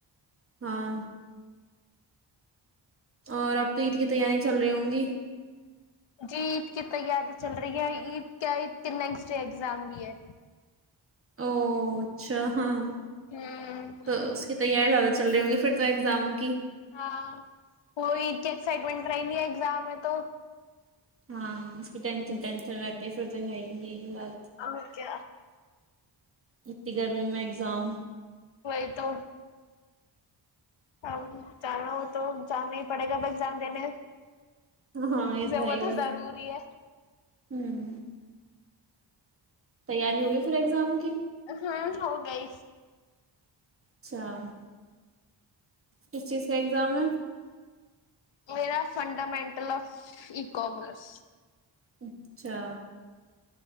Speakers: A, on the right; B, on the left.
A: ہاں اور اب تو عید کی تیاری چل رہی ہوں گی
B: جی عید کی تیاری چل رہی ہے عید کیا عید کے نیکسٹ ڈے ایگزام بھی ہے
A: او اچھا ہاں
B: ہوں
A: تو اس کی تیاری زیادہ چل رہی ہوں گی پھر تو ایگزام کی
B: ہاں وہی ات کی ایکسائٹمنٹ رہ ہے ایگزام میں تو
A: ہاں اس کی ٹینشن ٹینشن رہتی ہے پھر تو ہے یہیات
B: ا میں کیا
A: انی گرمی میں ایگزام
B: وہئی تو اب جانا ہو تو جان نہیں پڑے گا اب ایگزام دینے
A: ہاں یہ تو
B: وہ
A: ہی ہو
B: ضروری ہے
A: ہوں تیاری ہوگی پھر ایگزام کی
B: ہاں ہو گئی
A: چام کس چیز کا اگزام ہے
B: میرا فنڈامنٹل آف اکومرس
A: اچھا